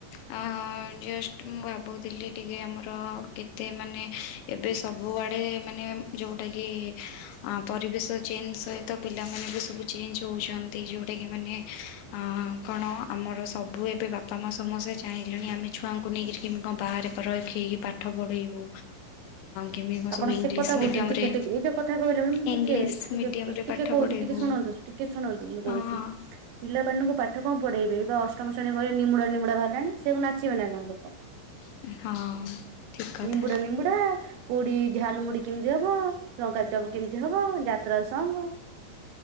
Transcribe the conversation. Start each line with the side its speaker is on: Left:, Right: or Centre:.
Left: ହଁ ଜଷ୍ଟ ମୁଁ ଭାବୁଥିଲି ଟିକେ ଆମର କେତେ ମାନେ ଏବେ ସବୁଆଡ଼େ ମାନେ ଯୋଉଁଟାକି ପରିବେଶ ଚେଞ୍ଜ ସହିତ ପିଲାମାନେ ବି ସବୁ ଚେଞ୍ଜ ହେଉଛନ୍ତି ଯୋଉଁଟାକି ମାନେ ହଁ କଣ ଆମର ସବୁ ଏବେ ବାପା ମା ସମସ୍ତେ ଚାହିଁଲେଣି ଆମେ ଛୁଆଙ୍କୁ ନେଇକି କେମିତି କଣ ବାହାରେ ରଇକି ପାଠ ପଢ଼ାଇବୁ କେମିତି କଣ
Right: ଆପଣ
Left: ସବୁ ଇଂଲିଶ
Right: ସେ କଥା କହୁଛନ୍ତି
Left: ମିଡ଼ିୟମରେ
Right: ଟିକେ ଟିକେ ଏଇ ଯୋଉ କଥା କହିଲେ
Left: ଇଂଲିଶ
Right: ଟିକେ ଟିକେ
Left: ମିଡ଼ିୟମରେ
Right: ଟିକେ
Left: ପାଠ
Right: କହୁଛି
Left: ପଢ଼େଇବୁ
Right: ଟିକେ ଶୁଣନ୍ତୁ। ଟିକେ ଶୁଣନ୍ତୁ ମୁଁ
Left: ହଁ
Right: କହୁଛି।
Left: ହଁ
Right: ପିଲାମାନଙ୍କୁ ପାଠ କଣ ପଢ଼େଇବେ ଏଇବା ଅଷ୍ଟମ ଶ୍ରେଣୀ ବହିରେ ନିମୁଡା ନିମୁଡା ବାହାରିଲାଣି ସେ କଣ ନାଚିବେ ନା କଣ?
Left: ହଁ। ଠିକ୍ କଥା
Right: ନିମ୍ବୁଡା ନିମ୍ବୁଡା। ପୋଡି ଝାଲ ମୁୁଡି କେମିତି ହବ ଲଙ୍କା ଚପ କେମିତି ହବ ଯାତ୍ରା ସଂଙ୍ଗ